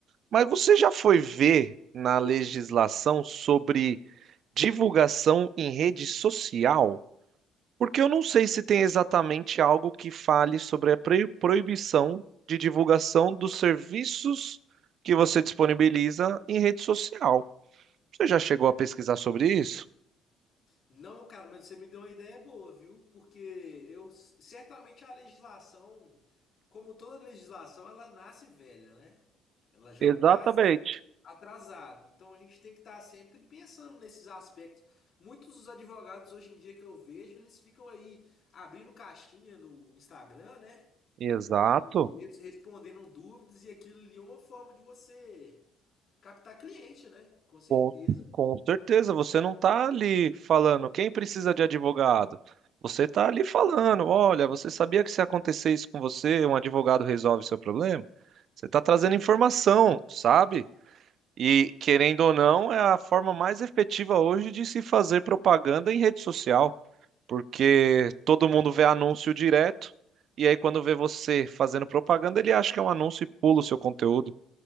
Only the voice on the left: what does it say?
Não, cara, mas você me deu uma ideia boa, viu? Porque eu certamente a legislação, como toda legislação, ela nasce velha, né? Ela já
nasce atrasada. Então a gente tem que estar sempre pensando nesses aspectos. Muitos dos advogados hoje em dia que eu vejo, eles ficam aí abrindo caixinha no Instagram, né?
E res- respondendo dúvidas, e aquilo ali é uma forma de você captar cliente, né? Com certeza.